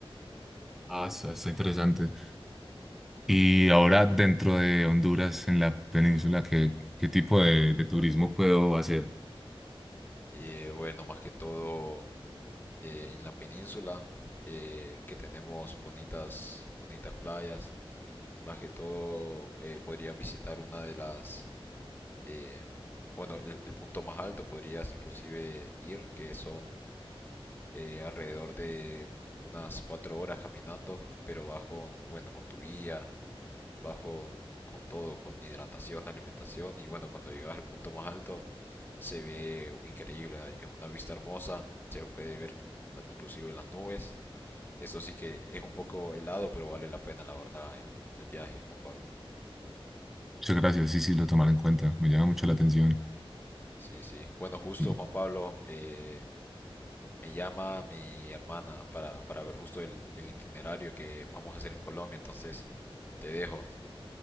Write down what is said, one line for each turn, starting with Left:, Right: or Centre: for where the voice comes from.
Centre: Ah, está, está interesante. Y ahora dentro de Honduras, en la península, ¿qué, qué tipo de, de turismo puedo hacer?
Left: Y bueno, más que todo eh, en la península, eh, que tenemos bonitas, bonitas playas. Y más que todo eh, podría visitar una de las eh, bueno, el, el punto más alto podrías inclusive ir, que son eh, alrededor de unas cuatro horas caminando, pero vas con, bueno, con tu guía, vas con, con todo, con hidratación, alimentación y bueno, cuando llegas al punto más alto se ve increíble, es una vista hermosa, se puede ver la- inclusive las nubes. Eso sí que es un poco helado, pero vale la pena, la verdad, el viaje, Juan Pablo.
Centre: Muchas gracias, sí, sí, lo tomaré en cuenta. Me llama mucho la atención.
Left: Sí, sí. Bueno, justo
Centre: Y-
Left: Juan Pablo, eh, me llama mi hermana para, para ver justo el, el itinerario que vamos a hacer en Colombia. Entonces, te dejo,